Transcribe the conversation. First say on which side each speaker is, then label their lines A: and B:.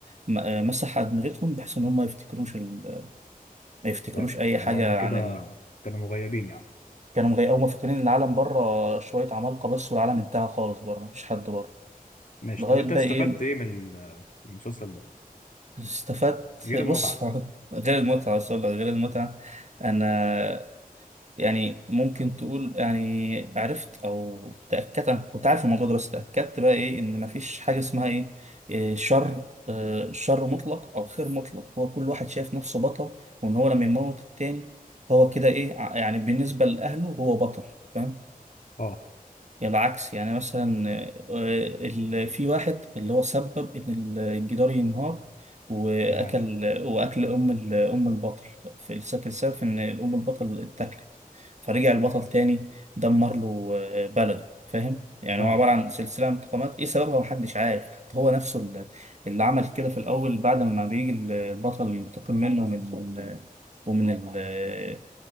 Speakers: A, on the right; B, on the left.
A: م- آه، مسح ادمغتهم بحيث ان هم ما يفتكروش ال... ما يفتكروش
B: فاهم
A: اي
B: يعني
A: حاجه
B: هم كده
A: عن
B: كانوا مغيبين يعني
A: كانوا مغيقوا فاكرين إن العالم بره شوية عمالقة بس والعالم انتهى خالص بره مفيش حد بره
B: ماشي
A: لغاية
B: طب انت
A: بقى
B: استفدت
A: إيه
B: ايه من ال- من المسلسل ده
A: استفدت
B: غير المتعة
A: بص <laughs> غير المتعة بس أقول لك غير المتعة أنا يعني ممكن تقول يعني عرفت أو تأكدت أنا كنت عارف الموضوع ده بس تأكدت بقى إيه إن مفيش حاجة اسمها إيه إيه، شر آه، شر مطلق أو خير مطلق هو كل واحد شايف نفسه بطل وإن هو لما يموت التاني هو كده إيه ع- يعني بالنسبة لأهله هو بطل فاهم؟
B: اه
A: يعني العكس يعني مثلا آه، ال- في واحد اللي هو سبب ان ال- الجدار ينهار واكل
B: تمام
A: واكل ام ال- ام البطل في السك- السبب ان ام البطل اتاكلت فرجع البطل تاني دمر له آه، بلده فاهم يعني
B: اه
A: هو عباره عن سلسله من انتقامات ايه سببها محدش عارف حتى هو نفسه اللي اللي عمل كده في الاول بعد ما بيجي البطل ينتقم منه من ومن ال-